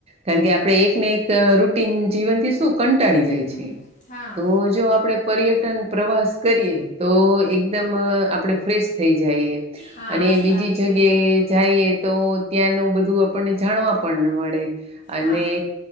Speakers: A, on the right; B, on the left.
A: કારણ કે, આપણે એકને એક રૂટીન જીવનથી શું કંટાળી જાય
B: હમ
A: છે.?
B: હા
A: તો જો આપડે પર્યટન પ્રવાસ કરીએ તો એકદમ અ આપણેે ફ્રેશ થઈ જાયએ
B: હા
A: અને બીજી
B: સારું
A: જગ્યાએ
B: બિલકુલ
A: જાઈએ તો ત્યાંનું બધું આપણને જાણવા પણ મળે અને
B: હા